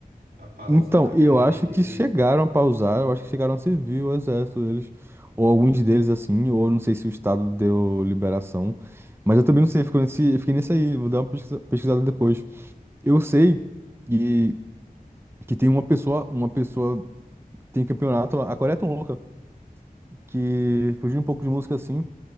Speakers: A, on the right (about 80°); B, on the right (about 15°).
A: a pausar
B: Então,
A: a
B: eu
A: carreira
B: acho
A: deles,
B: que chegaram
A: assim?
B: a pausar, eu acho que chegaram a servir o exército deles, ou alguns deles assim, ou não sei se o Estado deu liberação, mas eu também não sei, ficou nesse, fiquei nesse aí, vou dar uma pesquisa- pesquisada depois. Eu sei que, que tem uma pessoa, uma pessoa tem campeonato lá, a Coreia é tão louca, que fugiu um pouco de música assim,